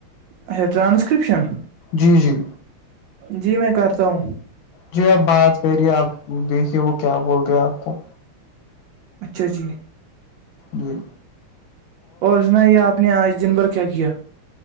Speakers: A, on the right; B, on the left.
A: اچھا ٹرانسکرپشن
B: جی جی
A: جی میں کرتا ہوں
B: جی آپ بات کریے آپ دیکھیے وہ کیا بولتے ہیں آپ کو
A: اچھا جی
B: جی
A: اور سنا یہ آپ آ نے آج دن بھر کیا کیا